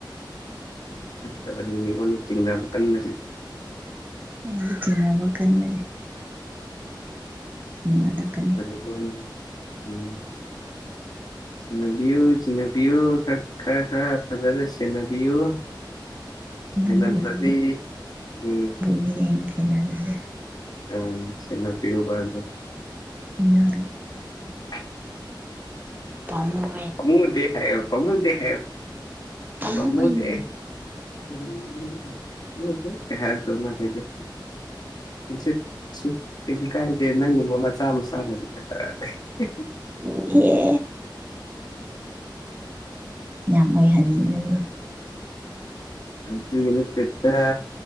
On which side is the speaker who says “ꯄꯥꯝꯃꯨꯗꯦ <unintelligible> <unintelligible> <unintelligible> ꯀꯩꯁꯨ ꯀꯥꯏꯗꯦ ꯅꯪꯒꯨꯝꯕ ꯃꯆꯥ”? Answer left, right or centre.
Left